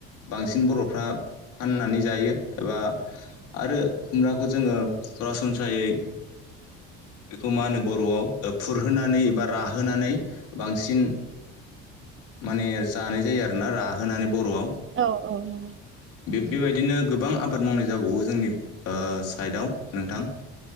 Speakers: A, on the left; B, on the right.
A: बांसिन बर'फ्रा फाननानै जायो। एबा आरो खुमब्राखौ जोङो सरासनस्रायै खौ मा होनो बर'आव फुरहोनानै एबा राहोनानै बांसिन माने जानाय जायो आरोना राहोनानै बर'आव
B: औ औ औ
A: बे बेबायदिनो गोबां आबाद मावनाय जाबावो जोंनि साइडआव नोंथां